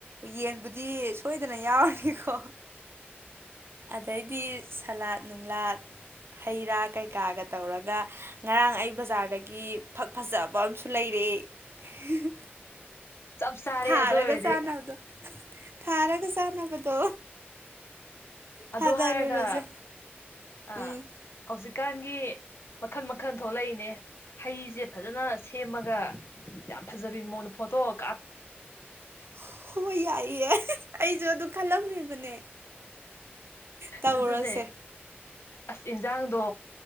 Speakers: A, on the right; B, on the left.
A: ꯌꯦ ꯗꯤ ꯁꯣꯏꯗꯅ ꯌꯥꯎꯔꯅꯤꯀꯣ ꯑꯗꯩꯗꯤ ꯁꯂꯥꯠ ꯅꯨꯡꯂꯥꯠ ꯍꯩ ꯔꯥ ꯀꯩ ꯇꯧꯔꯒ ꯉꯔꯥꯡ ꯑꯩ ꯕꯖꯥꯔꯗꯒꯤ ꯐ ꯐꯖꯕ ꯂꯩꯔꯛꯑꯦ
B: ꯆꯞ ꯆꯥꯔꯦ
A: ꯊꯥꯔꯒ
B: ꯑꯗꯨ ꯑꯣꯏꯔꯗꯤ
A: ꯆꯥꯅꯕꯗꯣ ꯊꯥꯔꯒ ꯆꯥꯅꯕꯗꯣ
B: ꯑꯗꯨ
A: ꯊꯥꯗꯔꯨꯔꯁꯦ
B: ꯍꯥꯏꯔꯒ ꯑꯥ
A: ꯎꯝ
B: ꯍꯧꯖꯤꯛꯀꯥꯟꯒꯤ ꯃꯈꯟ ꯃꯈꯜ ꯊꯣꯛꯂꯛꯏꯅꯦ ꯍꯩꯁꯦ ꯐꯖꯅ ꯁꯦꯝꯃꯒ ꯌꯥꯝ ꯐꯖꯕꯤ ꯃꯣꯟꯅ ꯐꯣꯇꯣꯛ
A: ꯍ ꯌꯥꯏ ꯑꯩꯁꯨ ꯑꯗꯨ ꯈꯜꯒ ꯃꯤ ꯃꯅꯦ ꯇꯧꯔꯁꯦ
B: ꯑꯗꯨꯅꯦ ꯑꯁ ꯏꯟꯖꯥꯡꯗꯣ